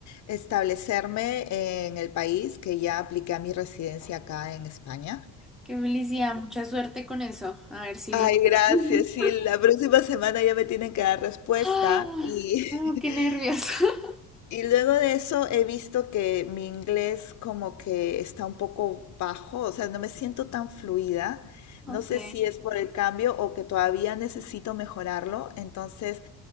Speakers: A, on the left (about 50°); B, in the centre.
A: establecerme en el país, que ya apliqué a mi residencia acá en España.
B: Qué felicidad, mucha suerte con eso. A ver si lo
A: Ay,
B: logras.
A: gracias,
B: <laughs>
A: sí, la próxima semana ya me tienen que dar respuesta
B: Ah,
A: y,
B: oh, qué
A: <laughs>
B: nervioso. <laughs>
A: y luego de eso he visto que mi inglés como que está un poco bajo, o sea, no me siento tan fluida.
B: Ok.
A: No sé si es por el cambio o que todavía necesito mejorarlo. Entonces,